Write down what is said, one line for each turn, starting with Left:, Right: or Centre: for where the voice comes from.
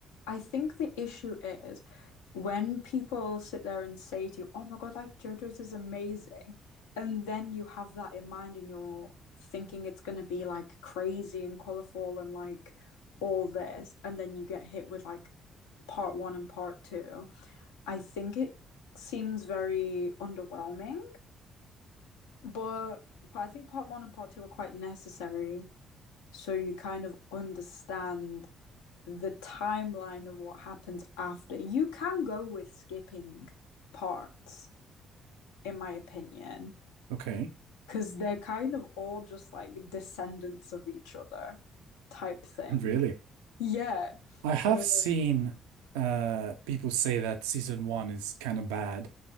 Left: I think the issue is when people sit there and say to you, "Oh my god, like JoJo's is amazing," and then you have that in mind and you're thinking it's going to be like crazy and colorful and like all this, and then you get hit with like part one and part two. I think it seems very underwhelming, but I think part one and part two are quite necessary so you kind of understand the timeline of what happens after. You can go with skipping parts, in my opinion,
Right: Okay.
Left: because they're kind of all just like descendants of each other type thing.
Right: <laughs> Really?
Left: Yeah.
Right: I have
Left: Uh,
Right: seen uh people say that season one is kind of bad,